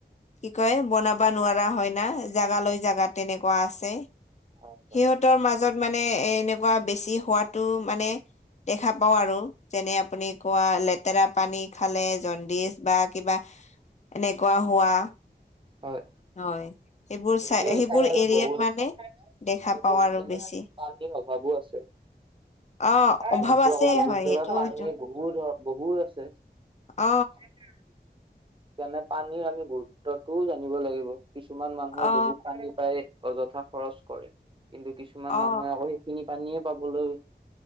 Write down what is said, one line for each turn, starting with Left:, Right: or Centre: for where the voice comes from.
Left: কি কয় বনাব নোৱাৰা হয় না জোগালৈ জাগা তেনেকুৱা আছে।
Right: হয় হয়
Left: সিহঁতৰ মাজত মানে এ এনেকুৱা বেছি হোৱাতো মানে। দেখা পাওঁ আৰু যেনে আপুনি কোৱা লেতেৰা পানী খালে জণ্ডিছ বা কিবা। এনেকুৱা হোৱা।
Right: হয়
Left: হয় সেইবোৰ
Right: সেইটোৱে
Left: চাই
Right: হৈছে
Left: সেইবোৰ এৰিয়াত
Right: বহুত,
Left: মানে দেখা
Right: এতিয়া
Left: পাওঁ
Right: বহুত
Left: আৰু
Right: জাগাত
Left: বেছি
Right: পানীৰ অভাৱো আছে।
Left: অ
Right: <unintelligible>
Left: অভাৱ আছে
Right: বহুত
Left: হয়
Right: ধৰা
Left: সেইটো
Right: বহুত
Left: সেইটো
Right: আছে। সেইকাৰণে
Left: অ
Right: পানীৰ আমি গুৰুত্বটোও জানিব লাগিব। কিছুমান মানুহে
Left: অ
Right: বহুত পানী পায়। অযথা খৰচ কৰে কিন্তু কিছুমান
Left: অ
Right: মানুহে আকৌ সেইখিনি পানীয়ে পাবলৈ।